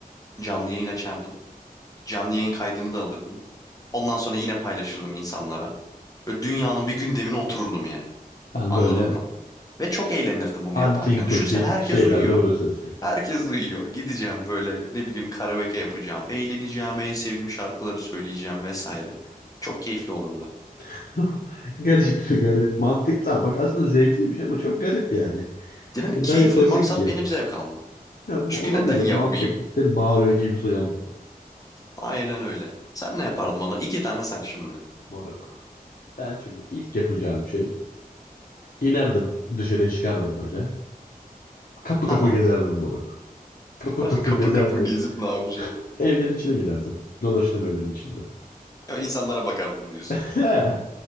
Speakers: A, on the left; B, on the left.
A: Canlı yayın açardım. Canlı yayın kaydını da alırdım. Ondan sonra yine paylaşırdım insanlara. Böyle dünyanın bir gündemine otururdum yani.
B: Sen
A: Anladın
B: böyle
A: mı? Ve çok eğlenirdim bunu
B: antin
A: yaparken.
B: kuntin
A: Düşünsen herkes
B: şeylerle
A: uyuyor.
B: uğraşıyorsun.
A: Herkes uyuyor. Gideceğim böyle ne bileyim karaoke yapacağım. Eğleneceğim. En sevdiğim şarkıları söyleyeceğim vesaire. Çok keyifli olurdu.
B: <laughs> Garip, garip. Mantıklı. Bak aslında zevkliymiş ama çok garip yani.
A: Yani
B: E, Neden
A: keyifli
B: yapasın
A: maksat
B: ki?
A: benim zevk almam.
B: Ya, olabilir,
A: Çünkü neden <laughs> yapmayayım?
B: mantıklı. Değil mi? Bağırıyor gibi soyan bunu.
A: Aynen öyle. Sen ne yapardın bana? İki tane say şimdi.
B: Moruk. Ben şimdi ilk yapacağım şey. inerdim dışarıya çıkardım böyle. Kapı
A: Tamam.
B: kapı gezerdim moruk. Kapı
A: <laughs>
B: kapı
A: Kapı
B: gezerdim.
A: kapı gezip ne yapacaksın?
B: Evlerin içine girerdim. Dolaştım evlerin içinde.
A: Ya insanlara bakardın diyorsun.
B: <laughs>